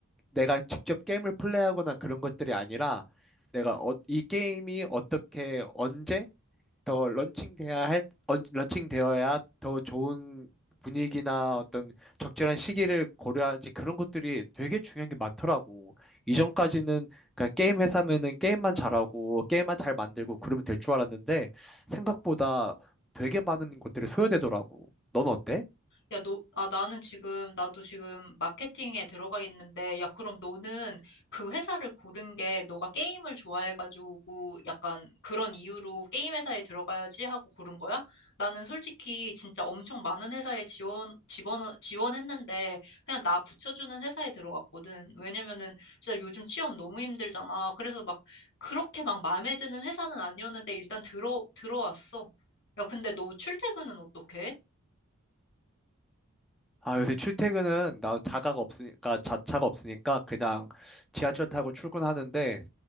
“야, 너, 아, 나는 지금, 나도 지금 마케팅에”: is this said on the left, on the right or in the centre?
Left